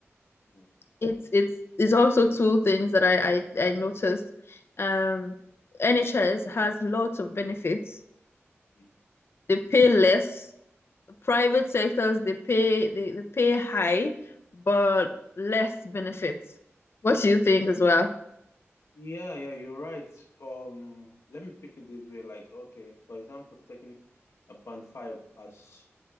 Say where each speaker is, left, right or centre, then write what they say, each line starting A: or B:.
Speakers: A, on the left; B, on the left.
A: Mm.
B: it's it's it's also two things that I I, I noticed. Um, NHS has lots of benefits.
A: Mm.
B: They pay less private sectors they pay they, they pay high but less benefits. What do you think as well?
A: Yeah, yeah, you're right. Um, let me pick it this way. Like, okay, for example, taking a band five as